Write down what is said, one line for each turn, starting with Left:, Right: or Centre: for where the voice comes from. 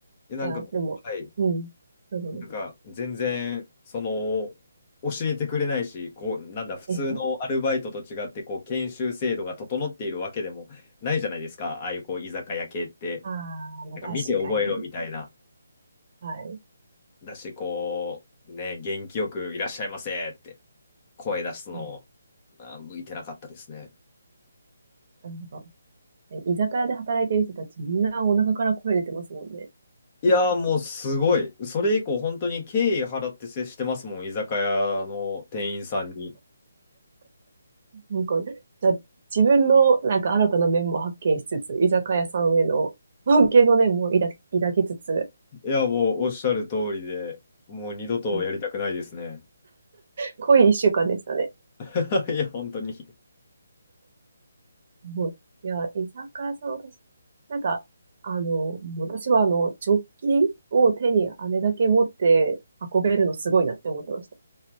Left: で、なんかこう、
Right: じゃあ、でも、
Left: はい、
Right: うん。そうそうそう。
Left: なんか全然、その、教えてくれないし、こう、なんだ、普通のアルバイトと違って、
Right: ええ、
Left: こう、研修制度が整っているわけでもないじゃないですか、ああいうこう、居酒屋系って。
Right: ああ、まあ確かに。
Left: なんか見て覚えろみたいな。
Right: はい。
Left: だし、こう、ね、元気よくいらっしゃいませって声出すの、
Right: うん、
Left: あ、向いてなかったですね。
Right: なるほど。居酒屋で働いてる人たち、みんなお腹から声出てますもんね。
Left: いやーもうすごい。
Right: <laughs>
Left: それ以降本当に敬意払って接してますもん、居酒屋の店員さんに。い
Right: なんか、じゃあ、自分のなんか新たな面も発見しつつ、居酒屋さんへの関係の念も抱き、抱きつつ、
Left: や、もうおっしゃる通りで、もう二度とやりたくないですね。
Right: うん、濃い一週間でしたね。
Left: <laughs> いや、本当に。
Right: もういや、居酒屋さん、私、なんか、あの、私は、あの、ジョッキを手にあれだけ持って運べるのすごいなって思ってました。